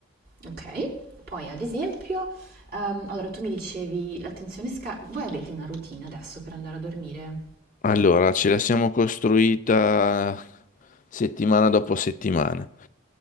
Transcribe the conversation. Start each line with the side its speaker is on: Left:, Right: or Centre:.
Right: Okay. Poi ad esempio, ehm, allora tu mi dicevi l'attenzione sca voi avete una routine adesso per andare a dormire?
Left: Allora, ce la siamo costruita settimana dopo settimana.